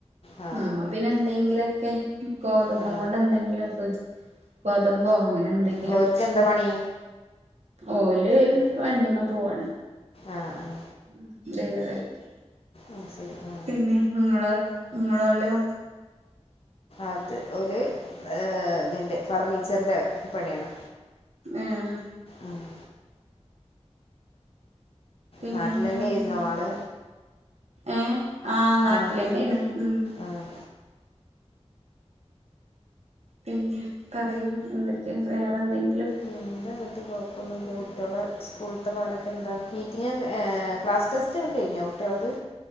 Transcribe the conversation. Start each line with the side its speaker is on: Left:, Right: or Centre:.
Left: ആ
Right: ഉം അതിന്നെന്തെങ്കിലൊക്കെ ഗോതമ്പു
Left: ആ ആ
Right: കൊണ്ട് എന്തെങ്കിലും ഒക്കെ വച്ച് ഗോതമ്പോ അങ്ങനെ എന്തെങ്കിലും
Left: ഓർക്ക് എന്താ
Right: വെക്കും
Left: പണി
Right: ഓല് വണ്ടിമ്മേ പോവാണ്
Left: ആഹ് ആഹ്
Right: ഉം പുതിയ വറൈറ്റി
Left: ആയ്ശരി ആഹ്
Right: പിന്നെ നിങ്ങളെ നിങ്ങളല്ലോ
Left: അത് ഒല് ഇതിന്റെ ഫർണീച്ചറിന്റെ പണിയാണ്
Right: ആഹ്
Left: ആഹ്
Right: പിന്നെ
Left: നാട്ടിലെന്നെയായിരുന്നോ
Right: വേറെന്താ
Left: ആള്
Right: ഏ ഹ് ആ നാട്ടിലന്നെയാണ്
Left: ആഹ്
Right: ഉം
Left: ആഹ്
Right: പിന്നെ പറയൂ എന്തൊക്കെയാ വേറെ എന്തെങ്കിലും
Left: എന്താ അങ്ങനത്തെ കുഴപ്പൊന്നൂല്ല കുട്ടികള് സ്കൂളത്തെ പാടൊക്കെ എന്താ മീറ്റിംഗ് ക്ലാസ് ടെസ്റ്റ് റ്റ് ക്കെ കഴിഞ്ഞോ കുട്ടികളേത്